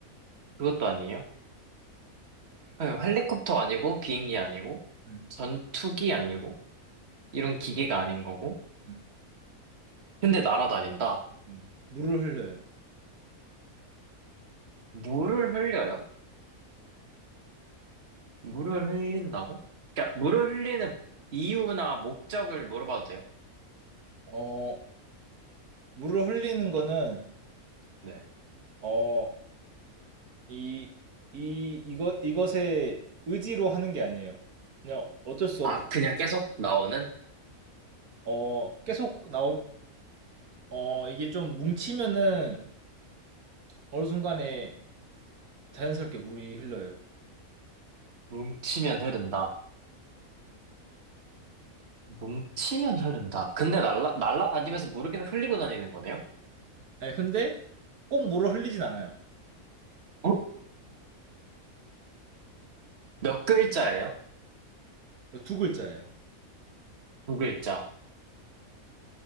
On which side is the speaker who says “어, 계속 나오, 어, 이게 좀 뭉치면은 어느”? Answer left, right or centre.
Right